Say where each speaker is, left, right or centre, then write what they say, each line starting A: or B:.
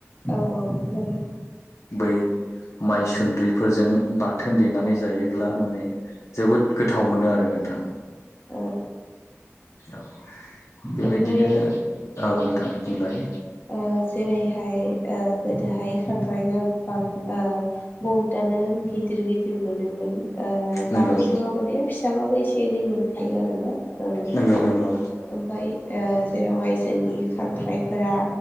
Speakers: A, on the left; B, on the left.
A: औ औ लाबो
B: बै माइसुन्द्रिफोरजों बाथोन देनानै जायोब्ला माने जोबोद गोथाव मोनो आरो नोंथां
A: औ
B: औ बेबायदिनो
A: ओमफ्राय
B: औ
A: ओ
B: नोंथां बुंलाय
A: ओ जेरैहाय ओ गोदोहाय खांख्राइ गोबां ओ बहुदआनो गिदिर गिदिर मोनोमोन ओ
B: नंगौ
A: दानि जुगाव माने फिसाबाबो एसे एनै मोनखायो आरोना। औ
B: नंगौ नंगौ
A: ओम फाय ओ जेरावहाय जोंनि खांख्राइफोरा